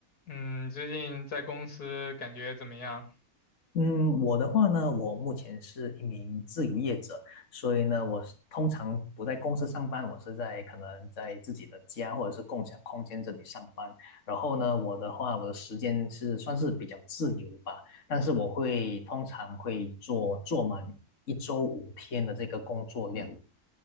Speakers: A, on the left; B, on the left.
A: 嗯，最近在公司感觉怎么样？
B: 嗯，我的话呢，我目前是一名自由业者，所以呢，我是通常不在公司上班，我是在可能在自己的家或者是共享空间这里上班。然后呢，我的话，我的时间是算是比较自由吧，但是我会通常会做做满一周五天的这个工作量。